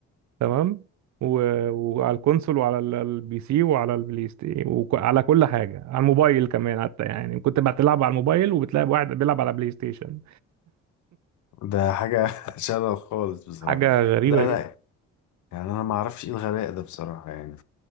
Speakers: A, on the right; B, on the left.
A: تمام و- وعلى الكونسول وعلى ال- البي سي وعلى البلاي ستيشن وعلى كل حاجه على الموبايل كمان حتى يعني كنت بتلعب على الموبايل وبتلاقي واحد بيلعب على بلاي ستيشن
B: ده حاجه <laughs> شلل خالص بصراحه
A: حاجه غريبه
B: لا لا
A: جدا
B: يعني انا ما اعرفش ايه الغباء ده بصراحه يعني